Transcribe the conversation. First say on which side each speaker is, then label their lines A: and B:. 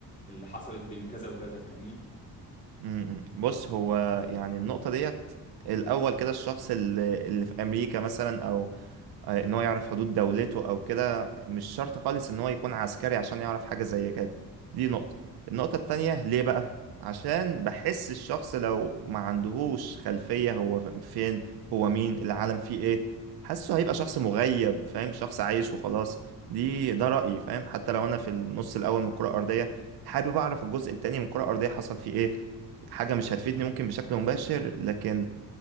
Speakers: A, on the left (about 20°); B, on the right (about 80°).
A: اللي حصلت بين كذا وكذا فاهمني
B: مم. بص هو يعني النقطة ديت الأول كده الشخص اللي, اللي في أمريكا مثلا أو آه، ان هو يعرف حدود دولته او كده مش شرط خالص ان هو يكون عسكري عشان يعرف حاجة زي كده دي نقطة النقطة التانية ليه بقى عشان بحس الشخص لو ما عندهوش خلفية هو فين هو مين العالم فيه ايه حاسه هيبقى شخص مغيب فاهم شخص عايش وخلاص دي ده رأيي فاهم حتى لو انا في النص الاول من الكرة الارضية حابب اعرف الجزء التاني من الكرة الارضية حصل فيه ايه حاجة مش هتفيدني ممكن بشكل مباشر لكن